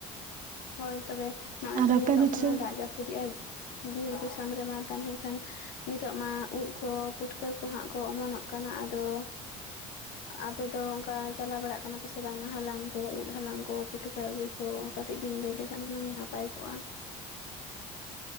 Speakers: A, on the left; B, on the right.
A: ᱦᱳᱭ ᱛᱚᱵᱮ ᱱᱚᱜᱼᱚᱭ
B: ᱟᱨ
A: ᱛᱚ ᱧᱮᱞᱚᱜ
B: ᱟᱯᱮ ᱫᱚ
A: ᱠᱟᱱᱟ
B: ᱪᱮᱫ
A: ᱫᱟᱜ ᱡᱟᱹᱯᱩᱫᱮᱜ ᱟᱭ ᱵᱤᱨ ᱫᱤᱥᱚᱢ ᱨᱮᱢᱟ ᱛᱟᱞᱦᱮ ᱠᱷᱟᱱ ᱱᱤᱛᱚᱜ ᱢᱟ ᱩᱫ ᱠᱚ ᱯᱩᱴᱠᱟᱹ ᱠᱚ ᱦᱟᱸᱜ ᱠᱚ ᱚᱢᱚᱱᱚᱜ ᱠᱟᱱᱟ ᱟᱫᱚ ᱟᱯᱮᱫᱚ ᱚᱱᱠᱟ ᱪᱟᱞᱟᱣ ᱵᱟᱲᱟᱜ ᱠᱟᱱᱟ ᱯᱮ ᱥᱮ ᱵᱟᱝ ᱦᱟᱞᱟᱝ ᱠᱚ ᱩᱫ ᱦᱟᱞᱟᱝ ᱠᱚ ᱯᱩᱴᱠᱟᱹ ᱟᱹᱜᱩ ᱠᱚ ᱠᱟᱹᱴᱤᱡ ᱵᱤᱱ ᱞᱟᱹᱭ ᱞᱮᱠᱷᱟᱱ ᱦᱩᱱᱟᱹᱝ ᱱᱟᱯᱟᱭ ᱠᱚᱜᱼᱟ